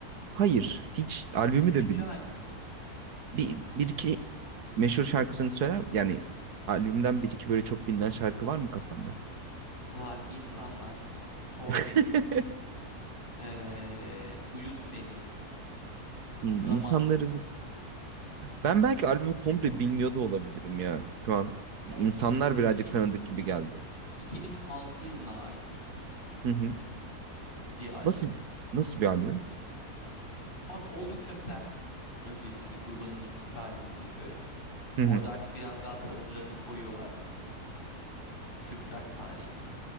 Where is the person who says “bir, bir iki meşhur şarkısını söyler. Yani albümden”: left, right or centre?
Right